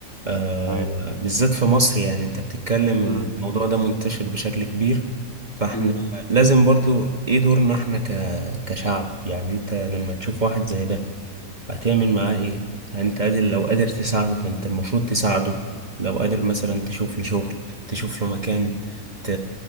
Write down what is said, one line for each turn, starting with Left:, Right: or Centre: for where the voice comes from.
Right: آه،
Left: أيوة.
Right: بالذات في مصر يعني انت بتتكلم
Left: مم.
Right: الموضوع ده منتشر بشكل كبير فاحنا
Left: مم.
Right: لازم برضو ايه دورنا احنا ك- كشعب يعني انت لما تشوف واحد زي ده هتعمل معاه ايه يعني انت قادر لو قادر تساعده فانت المفروض تساعده لو قادر مثلا تشوف له شغل تشوف له مكان ت...